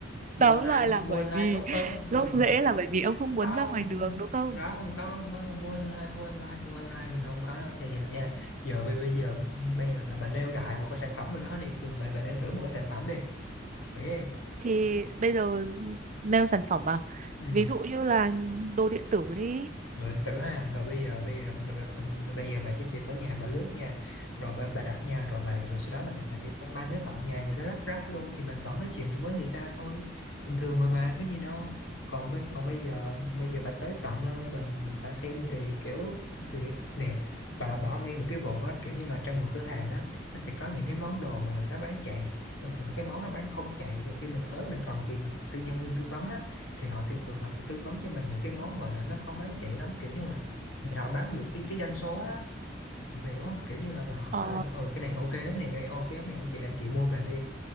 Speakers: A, on the left; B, on the right.
A: mua
B: tóm
A: online
B: lại là
A: mua
B: bởi
A: online
B: vì
A: tốt hơn đừng
B: gốc rễ là bởi vì ông không
A: không
B: muốn ra ngoài đường đúng không
A: không không không mua online mua online mua online mình không có thì giờ nha giờ bây bây giờ bây giờ là bà nêu đại một cái sản phẩm nào đó đi bà, bà nêu thử một cái sản phẩm đi nghĩ đi
B: thì bây giờ nêu sản phẩm à
A: ừ
B: ví dụ như là đồ điện tử đi
A: rồi điện tử ha rồi bây giờ bây giờ bà, bà, bà- bây giờ bà chỉ việc ở nhà bà lướt nha rồi bà, bà đặt nha rồi bà rồi sau đó là người ta sẽ ta mang tới tận nhà người ta lắp ráp luôn thì mình vẫn nói chuyện được với người ta thôi bình thường mà bà cái gì đâu còn bây còn bây giờ bây giờ bà tới tận nơi bà, bà xem thì kiểu thì nè bà bà có nghe được cái vụ á kiểu như là trong một cửa hàng á nó sẽ có những cái món đồ mà người ta bán chạy rồi những cái món nó bán không chạy rồi khi mình tới mình còn tìm tư nhân viên tư vấn á thì họ thường thường họ sẽ tư vấn cho mình những cái món gọi là nó không bán chạy lắm kiểu như là để họ bán được cái cái doanh số á hiểu hiểu không kiểu như là họ
B: ờ,
A: bảo là ừ cái này ok lắm này cái này ok lắm này anh chị anh chị mua về đi